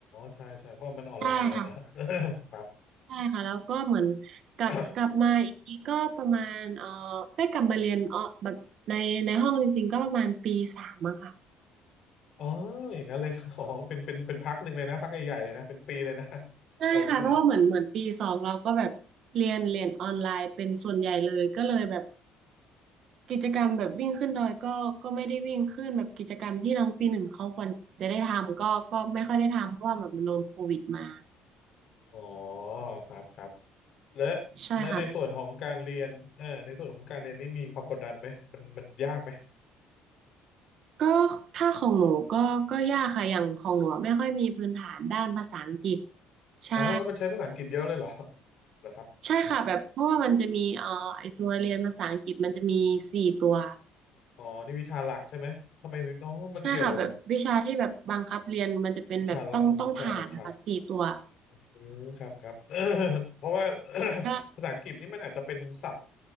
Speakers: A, on the left; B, on the right.
A: ใช่ใช่เพราะมันออนไลน์อะนะ
B: ใช่ค่ะ
A: <laughs> <coughs> ครับ
B: ใช่ค่ะแล้วก็เหมือนกลับกลับมาอีกทีก็ประมาณเอ่อได้กลับมาเรียนเออแบบในในห้องจริงๆก็ประมาณปีสามอะค่ะ
A: <coughs> อ๋ออย่างนั้นเลย <laughs> อ๋อเป็นเป็นเป็นพักหนึ่งเลยนะพักใหญ่ๆเลยนะเป็นปีเลยนะ <laughs>
B: ใช่ค่ะเพราะว่าเหมือนเหมือนปีสองเราก็แบบเรียนเรียนออนไลน์เป็นส่วนใหญ่เลยก็เลยแบบ
A: โอเค
B: กิจกรรมแบบวิ่งขึ้นดอยก็ก็ไม่ได้วิ่งขึ้นแบบกิจกรรมที่น้องปีหนึ่งเขาควรจะได้ทำก็ก็ไม่ค่อยได้ทำเพราะว่าแบบมันโดนโควิดมา
A: <laughs> อ๋อครับครับและ
B: ใช่ค่ะแบบ
A: และในส่วนของการเรียนเออในส่วนของการเรียนนี่มีความกดดันไหมมันมันยากไหม
B: ก็ถ้าของหนูก็ก็ยากค่ะอย่างของหนูอะไม่ค่อยมีพื้นฐานด้านภาษาอังกฤษใช่
A: อ๋อแล้วมันใช้ภาษาอังกฤษเยอะเลยเหรอเหรอครับ
B: ใช่ค่ะแบบเพราะว่ามันจะมีเอ่อไอตัวเรียนภาษาอังกฤษมันจะมีสี่ตัว
A: อ๋อนี่วิชาหลักใช่ไหมทำไมน้องมันเกี่ยว
B: ใช่ค่ะแบบวิชาที่แบบบังคับเรียนมันจะเป็นแบบต้องต้องผ่านนะคะสี่ตัว
A: วิชาละเออวิชาบังคับอืมครับครับ <coughs> เพราะว่า
B: ก็
A: <coughs> ภาษาอังกฤษนี่มันอาจจะเป็นศัพท์